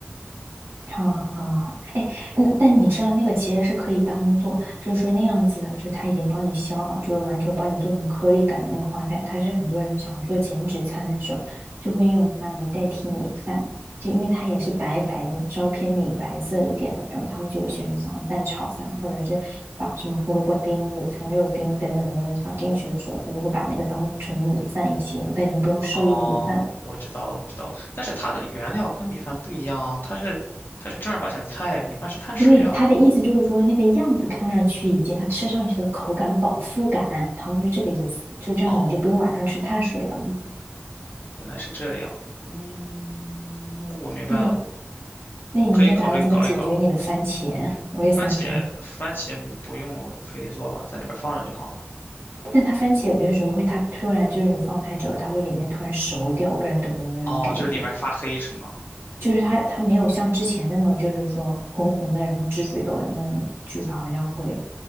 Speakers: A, on the right; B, on the left.
A: 好好好好好，哎，嗯，但你知道那个其实是可以当做，就是说那样子的，就它已经帮你削好，就是完全帮你做成颗粒感的那个花菜，它是很多人想要做减脂餐的时候，就会用它来代替米饭，就因为它也是白白的嘛，稍微偏米白色一点的，然后他们就有些人想要蛋炒饭，或者是把什么胡萝卜丁、午餐肉丁等等等等炒进去的时候，他就会把那个当成米饭一起用，但你就不用摄入米饭。
B: 哦，我知道了，我知道了，但是它的原料跟米饭不一样啊，它是它是正儿八经的菜，米饭是碳水啊。
A: 对，他的意思就是说，那个样子看上去以及它吃上去的口感、饱腹感，他们是这个意思。就这样，
B: 哦，
A: 你就不用晚上吃碳水了。
B: 原来是这样，嗯，我明白了，
A: 那你，那你明天打算怎么解决你的番茄？
B: 我可以考虑搞一搞。
A: <laughs> 我也想起来了，
B: 番茄番茄不用非得做吧，在里面放着就好了。
A: 但它番茄有些时候会，它突然就是你放太久了，它会里面突然熟掉。我不知道你懂不懂那种感觉，
B: 哦，就是里面发黑是吗？
A: 就是它它没有像之前那么就是说红红的，然后汁水多，然后就是好像会